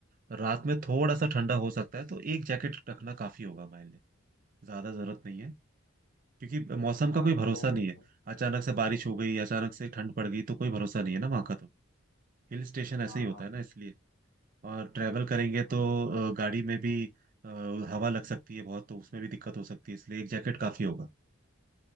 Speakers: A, on the right; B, on the left.
A: रात में थोड़ा सा ठंडा हो सकता है तो एक जैकेट रखना काफी होगा हमारे लिए ज्यादा जरूरत नहीं है क्योंकि मौसम
B: हाँ
A: का कोई भरोसा
B: तो मैं
A: नहीं
B: ऐसा
A: है अचानक से बारिश हो गई अचानक से ठंड पड़ गई तो कोई भरोसा नहीं है ना वहाँ का तो हिल स्टेशन ऐसे
B: हाँ
A: ही होता
B: हाँ
A: है ना इसलिए और ट्रैवल करेंगे तो अ, गाड़ी में भी अ, हवा लग सकती है बहुत तो उसमें भी दिक्कत हो सकती है इसलिए एक जैकेट काफी होगा